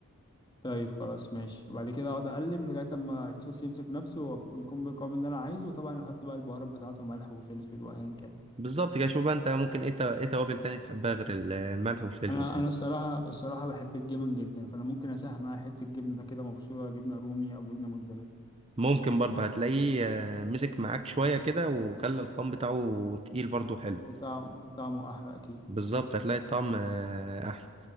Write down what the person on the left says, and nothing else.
طيب خلاص ماشي وبعد كده اقعد اقلب لغايه ما الصوص يمسك نفسه وك- ويكون بالقوام اللي انا عايزه وطبعا احط بقى البهارات بتاعته ملح وفلفل وايا كان
انا
انا الصراحه الصراحه بحب الجبن جدا فانا ممكن اساهم معايا حته جبنه كده مبشوره جبنه رومي او جبنه موتزاريلا
وطعم وطعمه احلى اكيد